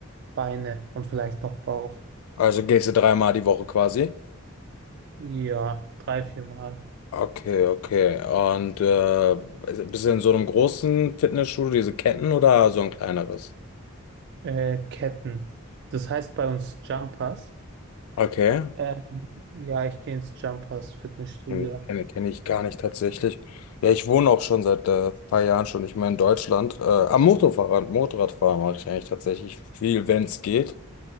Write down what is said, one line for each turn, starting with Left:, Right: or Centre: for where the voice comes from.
Right: Beine und vielleicht noch Bauch.
Left: Also gehst du dreimal die Woche quasi.
Right: Ja, drei, vier Mal.
Left: Okay, okay. Und äh, also bist du in so einem großen Fitnessstudio, diese Ketten oder so ein kleineres?
Right: Äh, Ketten. Das heißt bei uns Jumpers.
Left: Okay.
Right: Ähm, ja, ich gehe ins Jumpers Fitnessstudio.
Left: Kenne kenn, kenn kenn ich gar nicht tatsächlich. Ja, ich wohne auch schon seit äh, paar Jahren schon nicht mehr in Deutschland. Äh, am Motorfahrrad, Motorradfahren mache ich eigentlich tatsächlich viel, wenn es geht.